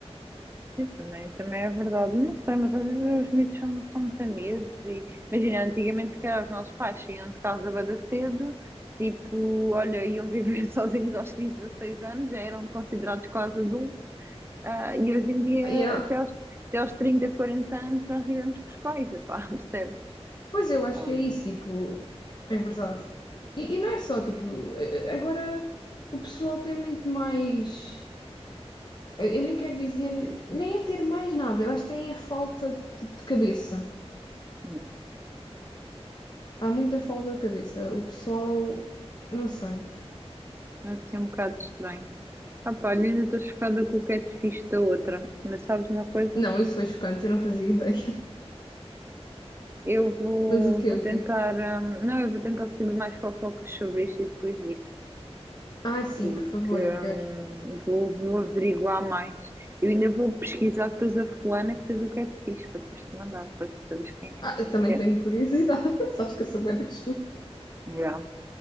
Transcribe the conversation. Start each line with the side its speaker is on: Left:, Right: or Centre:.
Right: Sim, também, também é verdade. Não sei, mas às vezes os mitos são, são muito amigos e imagina, antigamente se calhar os nossos pais saíam de casa bada cedo, tipo, olha, iam viver <laughs> sozinhos aos 15, 16 anos, já eram considerados quase adultos, ah, e hoje em dia
Left: Yeah.
Right: até aos, até aos 30 40 anos nós vivemos com os pais, epá, <laughs> percebe?
Left: Pois eu acho
Right: Um,
Left: que é isso, tipo, é verdade. E, e não é só, tipo, eh, agora o pessoal tem muito mais, eu nem quero dizer, nem é ter mais nada, eu acho que tem a falta, tipo, de cabeça.
Right: não.
Left: Há muita falta de cabeça. O pessoal, não sei.
Right: É assim um bocado estranho. Ah, pá, olha, ainda estou chocada com o catfish da outra, mas sabes uma coisa?
Left: Não, isso foi chocante, eu não fazia ideia. <laughs>
Right: Eu vou,
Left: Mas o quê,
Right: vou
Left: o
Right: tentar.
Left: quê?
Right: hum, não, eu vou tentar saber mais fofocas sobre isto e depois digo,
Left: ah sim,
Right: porque
Left: por favor,
Right: hum,
Left: eu quero.
Right: vou, vou averiguar mais. Eu ainda vou pesquisar depois a fulana que fez o catfish para depois te mandar, para tu saberes quem
Left: Ah, eu também
Right: é. É,
Left: tenho curiosidade. <laughs> Sabes que eu sou bué da que
Right: já.